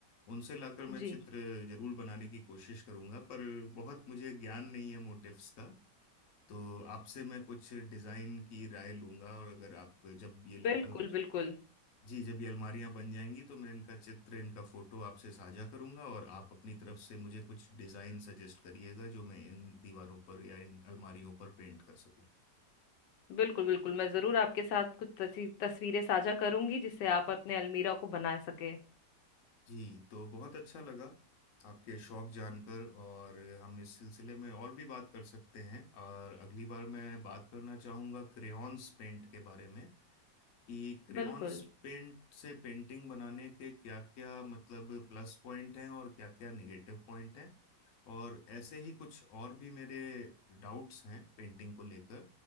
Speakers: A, on the left; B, on the left.
A: उनसे लाकर मैं
B: जी
A: चित्र जरूर बनाने की कोशिश करूंगा पर बहुत मुझे ज्ञान नहीं है मोटिव्स का तो आपसे मैं कुछ डिजाइन की राय लूंगा और अगर आप जब ये लग,
B: बिल्कुल बिल्कुल
A: जी जब ये अलमारियां बन जाएंगी तो मैं इनका चित्र इनका फोटो आपसे साझा करूंगा और आप अपनी तरफ से मुझे कुछ डिजाइन सजेस्ट करिएगा जो मैं इन दीवारों पर या इन अलमारियों पर पेंट कर सकूं
B: बिल्कुल बिल्कुल मैं जरूर आपके साथ कुछ तस्वी- तस्वीरें साझा करूंगी जिससे आप अपने अलमीरा को बना सके
A: जी तो बहुत अच्छा लगा आपके शौक जानकर और हम इस सिलसिले में और भी बात कर सकते हैं और अगली बार मैं बात करना चाहूंगा क्रेयॉन्स पेंट के बारे में कि क्रेयॉन्स
B: बिल्कुल
A: पेंट से पेंटिंग बनाने के क्या क्या मतलब प्लस पॉइंट हैं और क्या क्या नेगेटिव पॉइंट हैं और ऐसे ही कुछ और भी मेरे डाउट्स हैं पेंटिंग को लेकर